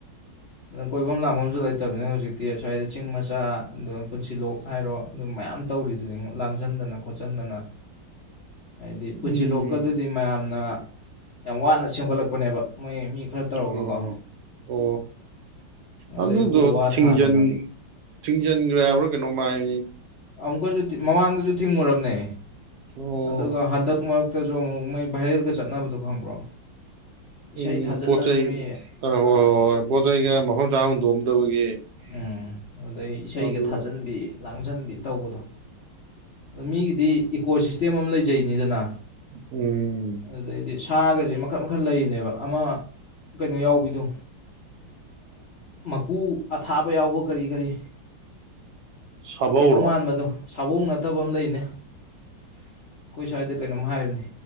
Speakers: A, on the left; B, on the right.
A: ꯑꯗꯨꯅ ꯀꯣꯏꯐꯝ ꯂꯥꯡꯐꯝꯁꯨ ꯂꯩꯇꯕꯅꯤꯅ ꯍꯧꯖꯤꯛꯇꯤ ꯑꯁ꯭ꯋꯥꯏꯗ ꯆꯤꯡ ꯃꯆꯥ ꯑꯗꯨ ꯄꯨꯟꯁꯤꯂꯣꯛ ꯍꯥꯏꯔꯣ ꯑꯗꯨꯝ ꯃꯌꯥꯝ ꯇꯧꯔꯤꯗꯨꯅꯤ ꯂꯥꯡꯁꯤꯟꯗꯅ ꯈꯣꯠꯆꯟꯗꯅ ꯍꯥꯏꯗꯤ ꯄꯨꯟꯁꯤꯜꯂꯣꯛꯀꯗꯨꯗꯤ
B: ꯎꯝ
A: ꯃꯌꯥꯝꯅ ꯌꯥꯝ ꯋꯥꯅ ꯁꯦꯝꯒꯠꯂꯛꯄꯅꯦꯕ ꯃꯣꯏ ꯃꯤ ꯈꯔ ꯇꯧꯔꯒꯀꯣ
B: ꯑꯣ ꯑꯣ
A: ꯑꯗꯩ
B: ꯑꯗꯨꯗꯣ
A: ꯎ ꯋꯥ
B: ꯊꯤꯡꯖꯟ
A: ꯊꯥꯗꯅ
B: ꯊꯤꯡꯖꯤꯟꯈ꯭ꯔꯦ ꯍꯥꯏꯕ꯭ꯔꯥ ꯀꯩꯅꯣꯃꯥꯏ
A: ꯑꯃꯨꯛꯀꯁꯨ ꯃꯃꯥꯡꯗꯁꯨ ꯊꯤꯡꯉꯨꯔꯕꯅꯦ
B: ꯑꯣ
A: ꯑꯗꯨꯒ ꯍꯟꯗꯛꯃꯛ ꯍꯛꯇꯁꯨ ꯑꯃꯨꯛ ꯃꯣꯏ ꯚꯥꯏꯔꯦꯜꯒ ꯆꯠꯅꯕꯗꯣ ꯈꯪꯕ꯭ꯔꯣ ꯏꯁꯩ
B: ꯎꯝ
A: ꯊꯥꯖꯟꯗꯅ
B: ꯄꯣꯠ ꯆꯩꯩ
A: ꯃꯤ
B: ꯑ ꯍꯣꯏ
A: ꯑꯥ,
B: ꯍꯣꯏ ꯍꯣꯏ ꯄꯣꯠꯆꯩꯒ ꯃꯐꯝ ꯆꯥ ꯍꯨꯟꯗꯣꯛꯑꯝꯗꯕꯒꯤ
A: ꯎꯝ ꯑꯗꯩ ꯏꯁꯩꯒ
B: ꯑꯗꯨ
A: ꯊꯥꯖꯟꯕꯤ ꯂꯥꯡꯖꯟꯕꯤ ꯇꯧꯕꯗꯣ ꯑ ꯃꯤꯒꯤꯗꯤ ꯏꯀꯣ ꯁꯤꯁꯇꯦꯝ ꯑꯃ ꯂꯩꯖꯩꯅꯤꯗꯅ
B: ꯎꯝ
A: ꯑꯗꯨꯗꯩꯗꯤ ꯁꯥꯒꯁꯦ ꯃꯈꯜ ꯃꯈꯜ ꯂꯩꯕꯅꯦꯕ ꯑꯃ ꯀꯩꯅꯣ ꯌꯥꯎꯕꯤꯗꯣ ꯃꯀꯨ ꯑꯊꯥꯕ ꯌꯥꯎꯕ ꯀꯔꯤ ꯀꯔꯤ
B: ꯁꯥꯕꯧꯔꯣ
A: ꯀꯩꯅꯣ ꯃꯥꯟꯕꯗꯣ ꯁꯥꯕꯧ ꯅꯠꯇꯕ ꯑꯃ ꯂꯩꯅꯦ ꯑꯩꯈꯣꯏ ꯁ꯭ꯋꯥꯏꯗ ꯀꯩꯅꯣꯝ ꯍꯥꯏꯕꯅꯦ